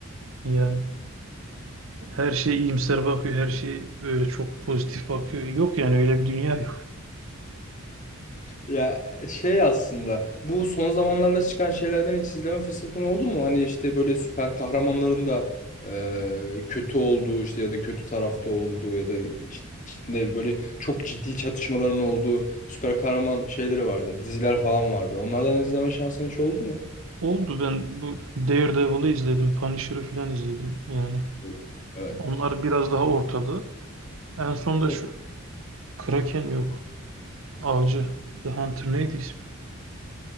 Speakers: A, on the right (about 65°); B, on the left (about 35°).
A: Yani her şey iyimser bakıyor, her şey böyle çok pozitif bakıyor. Yok yani öyle bir dünya yok.
B: Ya e, şey aslında bu son zamanlarda çıkan şeylerden hiç izleme fırsatın oldu mu? Hani işte böyle süper kahramanların da e, kötü olduğu işte ya da kötü tarafta olduğu ya da iç- içinde böyle çok ciddi çatışmaların olduğu süper kahraman şeyleri vardı. Diziler falan vardı. Onlardan izleme şansın hiç oldu mu?
A: Oldu ben bu Daredevil'ı izledim, Punisher'ı falan izledim yani.
B: Yok. Evet.
A: Onlar biraz daha ortada. En son
B: Evet.
A: da şu Kraken yok. Avcı, The Hunter neydi ismi?